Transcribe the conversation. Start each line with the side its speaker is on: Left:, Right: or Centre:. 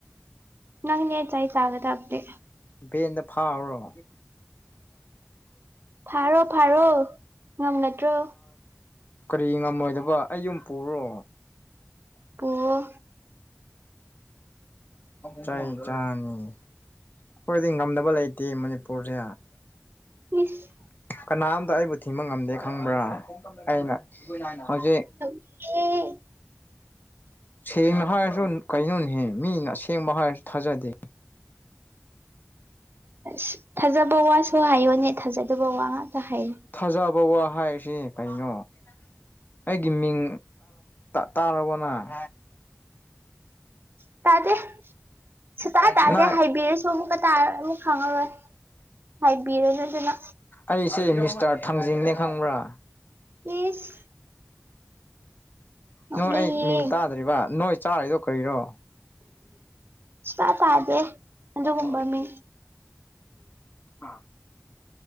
Right: ꯅꯪ ꯅꯦ ꯆꯩ ꯆꯥꯒꯗꯕꯗꯤ
Left: ꯚꯦꯟꯗ ꯐꯥꯎꯔꯣ
Right: ꯐꯥꯔꯣ ꯐꯥꯔꯣ ꯉꯝꯒꯗ꯭ꯔꯣ
Left: ꯀꯔꯤ ꯉꯝꯃꯣꯏꯗꯕ ꯑꯩ ꯌꯨꯝ ꯄꯨꯔꯣ
Right: ꯄꯨꯑꯣ
Left: ꯆꯩ ꯆꯥꯅꯤ ꯑꯩꯈꯣꯏꯗꯤ ꯉꯝꯗꯕ ꯂꯩꯇꯦ ꯃꯅꯤꯄꯨꯔꯁꯦ
Right: ꯏꯁ
Left: ꯀꯅꯥꯝꯇ ꯑꯩꯕꯨ ꯊꯤꯡꯕ ꯉꯝꯗꯦ ꯈꯪꯕ꯭ꯔꯥ ꯑꯩꯅ ꯍꯧꯖꯤꯛ
Right: ꯑꯦ
Left: ꯁꯦꯡꯅ ꯍꯥꯏꯔꯁꯨ ꯀꯩꯅꯣꯅꯦ ꯃꯤꯅ ꯑꯁꯦꯡꯕ ꯍꯥꯏꯔꯁꯨ ꯊꯥꯖꯗꯦ
Right: ꯑꯁ ꯊꯥꯖꯕ ꯋꯥꯁꯨ ꯍꯥꯏꯌꯣꯅꯦ ꯊꯥꯖꯗꯕ ꯋꯥ ꯉꯥꯛꯇ ꯍꯥꯏꯌꯨ
Left: ꯊꯥꯖꯕ ꯋꯥ ꯍꯥꯏꯁꯤ ꯀꯩꯅꯣ ꯑꯩꯒꯤ ꯃꯤꯡ ꯇꯥꯔꯕꯣ ꯅꯪ
Right: ꯁꯨꯡꯇꯥ ꯇꯥꯗꯦ ꯁꯨꯡꯇꯥ ꯇꯥꯗꯦ
Left: ꯅꯪ
Right: ꯍꯥꯏꯕꯤꯔꯁꯨ ꯑꯃꯨꯛ ꯇꯥꯔꯣꯏ ꯑꯃꯨꯛ ꯈꯪꯉꯔꯣꯏ ꯍꯥꯏꯕꯤꯔꯁꯨ ꯑꯗꯨꯅ
Left: ꯑꯩꯁꯦ ꯃꯤꯁꯇꯔ ꯊꯥꯡꯖꯤꯡꯅꯦ ꯈꯪꯕ꯭ꯔꯥ
Right: ꯢꯁ ꯅꯣꯛꯅꯤꯡꯉꯤꯌꯦ
Left: ꯅꯣꯏ ꯑꯩ ꯃꯤꯡ ꯇꯥꯗ꯭ꯔꯤꯕ ꯅꯣꯏ ꯆꯥꯔꯤꯗꯣ ꯀꯔꯤꯔꯣ
Right: ꯁꯨꯡꯇꯥ ꯇꯥꯗꯦ ꯑꯗꯨꯒꯨꯝꯕ
Left: ꯊ
Right: ꯃꯤ
Left: <inaudible>